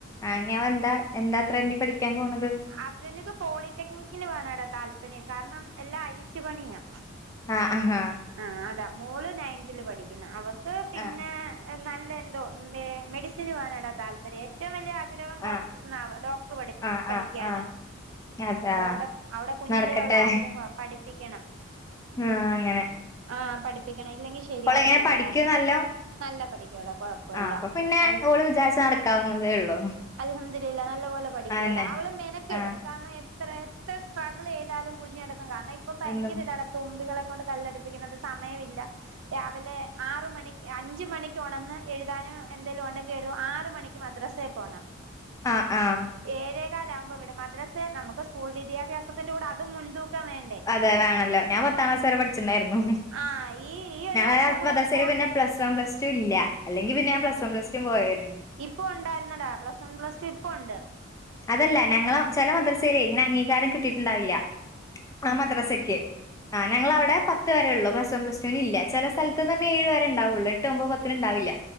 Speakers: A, on the left; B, on the right.
A: ആഹ് ഞ്ഞിവൻ എന്താ എന്താ അത്ര ഇഞ്ഞി പഠിക്കാൻ പോണത്
B: അവന്ക്ക് പോളിടെക്നിക്കിന് പോകാനടാ താല്പര്യം കാരണം എല്ലാം അഴിച്ചു പണിയാ
A: ആഹ് അഹ്
B: ആന് അതാ മോള് നയൻത്തിൽ പഠിക്കുന്ന അവക്ക് പിന്നെ
A: ആഹ്
B: നല്ല എന്തോ മെഡിസിന് പോകാനാടാ താല്പര്യം ഏറ്റവും വലിയ ആഗ്രഹം ഡോക്ടറിന
A: ആഹ്
B: ഡോക്ടർ
A: ആഹ്
B: പഠിക്കാനാ
A: ആഹ് ആഹ് അതാ
B: അതവിടെ അവിടെ കുഞ്ഞിലേ
A: നടക്കട്ടെ
B: ഉള്ള ആഗ്രഹം പഠിപ്പിക്കണം
A: ആഹ് അങ്ങനെ
B: ആഹ് പഠിപ്പിക്കണം ഇല്ലെങ്കിൽ ശരിയാവത്തില്ലടാ
A: ഓളെങ്ങനെ പഠിക്കോ നല്ലോം
B: നല്ല പഠിക്കുട കുഴപ്പ പ്പല്ല.
A: ആഹ് അപ്പൊ പിന്നെ
B: അല്ല അൽ
A: ഓള് വിചാരിച്ച നടക്കാവുന്നതേ ഉള്ളൂ
B: അൽഹംദുരില്ലാ നല്ല പോലെ പഠിക്കവടാ
A: അതന്നെ
B: അവൾ മെന കെടും
A: ആഹ്
B: കാരണം എത്ര എത്ര സ്ട്രഗിൾ ഏതാലും കുഞ്ഞെടുക്കും കാരണം ഇപ്പൊ ഭയങ്കര
A: എന്നും
B: ഇതാണ് തുമ്പികളെ കൊണ്ട് കല്ലടിപ്പിക്കുന്നണ്ട് സമയമില്ല രാവിലെ ആറ് മണിക്ക് അഞ്ച് മണിക്ക് ഉണെന്ന് എഴുതാനും എന്തേങ്കലും ഉണ്ടെങ്കിൽ എഴുതു ആറ് മണിക്ക് ക്ക് മദ്രാസേ പോണം
A: ആഹ് ആഹ്
B: ഏഴേകാല ആകുമ്പോ ഇവിടെ മദ്രാസ് നമുക്ക് സ്കൂൾ വിദ്യാഭ്യാസത്തിന്റെ കൂടെ അതും മുൻതൂക്കാൻ വേ
A: അതെ വേണല്ലോ ഞാ പത്താം ക്ലാസ് വരെ പഠിച്ചിണ്ടായിരുന്നു
B: ആഹ് ഈ ഈ ഒരു
A: ഞങ്ങളെ
B: വർഷം കൂടെ
A: മദ്രസയിൽ
B: പോട്ടെ
A: പിന്നെ പ്ലസ് വൺ പ്ലസ് ടു ഇല്ല അല്ലെങ്കി പിന്നെ പ്ലസ് വൺ പ്ലസടും പോയായിരുന്നു
B: ഇപ്പ ഉണ്ടായിരുന്നടാ പ്ലസ് വൺ പ്ലസ് ടു ഇപ്പ ഉണ്ട്
A: അതല്ല ഞങ്ങള് ചില മദ്രസയിലെ ഇങ്ങനെ അംഗീകാരം കിട്ടിട്ടുണ്ടാവില്ല ആഹ് മദ്രാസക്കെ ആഹ് ഞങ്ങളവിടെ പ ത്ത് വരെ ഉള്ളൂ പ്ലസ് വൺ പ്ലസ്ടുല്ല ചില സ്ഥലത്ത് പറഞ്ഞാ ഏഴ് വരെണ്ടാവുള്ള എട്ട് ഒൻപത് പത്തിന്ണ്ടാവില്ല